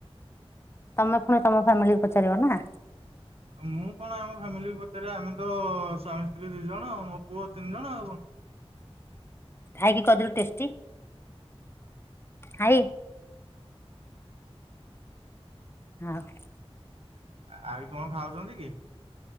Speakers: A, on the left; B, on the right.
A: ତମେ ଫୁଣି ତମ ଫ୍ୟାମିଲି କି ପଚାରିବ ନା।
B: ମୁଁ କଣ ଆମ ଫ୍ୟାମିଲି କୁ ପଚାରିବି ଆମେ ତ ସ୍ୱାମୀ ସ୍ତ୍ରୀ ଦି ଜଣ ଆ ମୋ ପୁଅ ତିନି ଜଣ ଆଉ କଣ?
A: ଥାଇ କି କହିଦେଲୁ ଟେଷ୍ଟି। ଥାଇ। ହଁ ଅଁ
B: ଆ ଆଈ କଣ ଖାଉଛନ୍ତି କି?